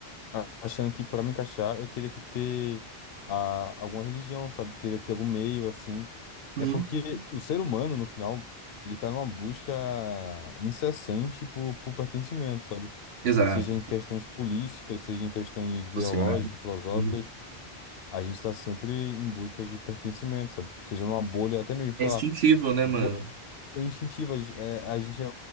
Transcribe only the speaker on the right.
Hum.
exato,
social.
Hum.
É
instintivo,
né,
mano?